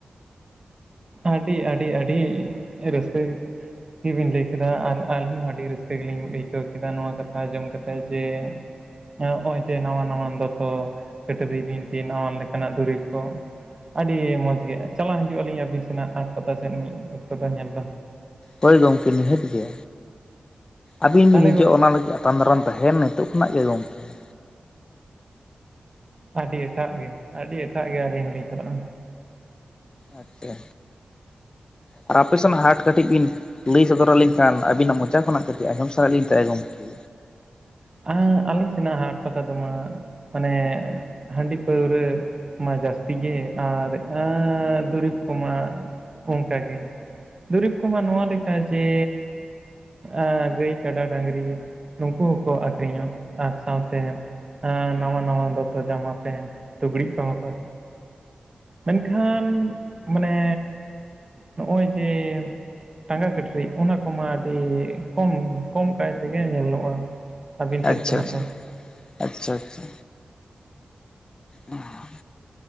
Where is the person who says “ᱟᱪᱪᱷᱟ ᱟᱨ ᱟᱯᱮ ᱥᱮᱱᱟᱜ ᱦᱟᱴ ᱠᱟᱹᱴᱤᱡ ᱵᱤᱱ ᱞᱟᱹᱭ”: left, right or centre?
Left